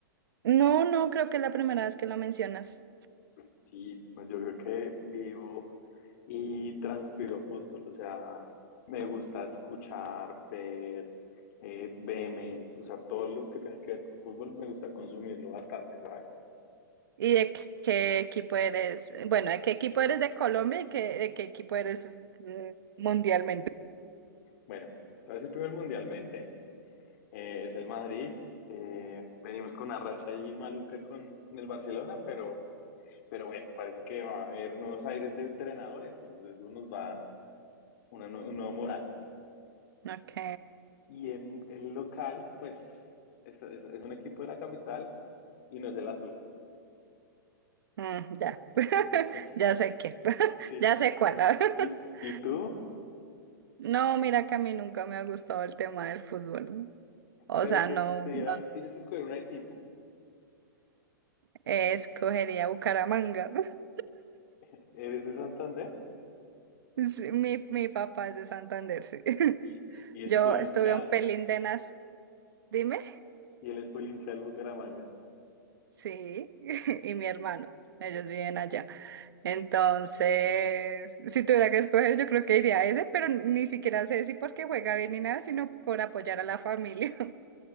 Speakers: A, on the right; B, on the left.
A: No, no, creo que es la primera vez que lo mencionas.
B: Sí, no, yo creo que vivo y transpiro fútbol, o sea, me gusta escuchar, ver, eh, memes, o sea, todo lo que tenga que ver con fútbol me gusta consumirlo bastante, ¿sabes?
A: ¿Y de qué equipo eres? Bueno, ¿de qué equipo eres de Colombia y qué, de qué equipo eres eh, mundialmente?
B: Bueno, voy a decir primero mundialmente. eh, es el Madrid. Eh, venimos con una racha ahí maluca con, con el Barcelona, pero, pero bueno, parece que va a haber nuevos aires de entrenador, entonces eso nos va a dar una nue- un nuevo moral.
A: Ok,
B: Y en el local, pues es, es- es un equipo de la capital y no es el azul.
A: mm, ya, <laughs>
B: Entonces,
A: ya
B: <laughs>
A: sé qué, <laughs>
B: sí.
A: ya sé cuál.
B: ¿Y,
A: <laughs>
B: y tú?
A: No, mira que a mí nunca me ha gustado el tema del fútbol. O
B: Pero
A: sea,
B: que
A: no,
B: te
A: no,
B: dirán, tienes que escoger un equipo.
A: eh, escogería Bucaramanga. <laughs>
B: <laughs> Eres de Santander
A: Sí, Mi, mi papá es de Santander, sí. <laughs>
B: y, y es
A: Yo
B: full
A: estuve
B: hinchada.
A: un pelín de nas, dime,
B: Y él es full hincha del Bucaramanga.
A: sí, <laughs> y mi hermano, ellos viven allá. Entonces, si tuviera que escoger, yo creo que iría a ese, pero ni siquiera sé si porque juega bien ni nada, sino por apoyar a la familia. <laughs>